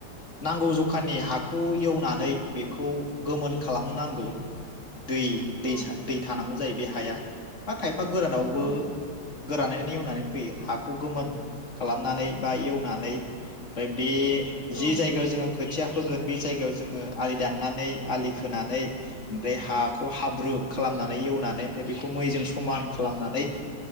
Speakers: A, on the left; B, on the right.
A: नांगौ जखानि हाखौ एवनानै बेखौ गोमोन खालामनो नांगौ। दै दैसा
B: औ
A: दै थानांगौ। जाय बे हाया। खायफा गोरानावबो।
B: औ
A: गोरानै। नेवनानै फैयो हाखौ गोमोन खालामनानै बा एवनानै ओमफ्राय बे
B: औ
A: जि जायगा जों खोथिया फोगोन बे जायगायाव जोङो आलि दाननानै आलि खोनानै ओमफ्राय हाखौ हाब्रु खालामनानै एवनानै ओमफ्राय बेखौ मैजों समान खालामनानै।